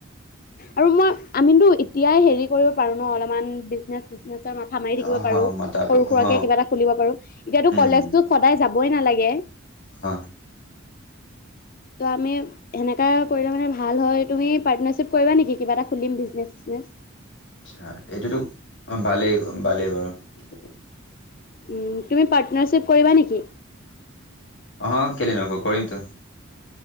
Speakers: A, on the left; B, on the left.
A: আৰু মই আমিতো এতিয়াই হেৰি কৰিব পাৰো ন অলপমান বিজনেচ মচ নাচৰ মাথা মাৰি থাকিব
B: অ
A: পাৰো
B: মাথাটো
A: সৰু
B: অ
A: সুৰাককে কিবা এটা খুলিব পাৰো এতিয়াাতো
B: উম
A: কলেজতো সদায় যাব বই নালাগে ে
B: অ
A: ত' আমি সেনেকা কৰিলে মানে ভাল হয় তুমি পাৰ্টনাৰশ্বিপ কৰিবা নেকি কিবা এটা খুলিম বিজনেচ চনেছ
B: া এইটোতো ভালেই ভালেই বাৰ <unintelligible> <inaudible>
A: উ তুমি পাৰ্টনাৰশ্বিপ কৰিবা নেকি?
B: অ কেলে নকো কৰিম তো <unintelligible>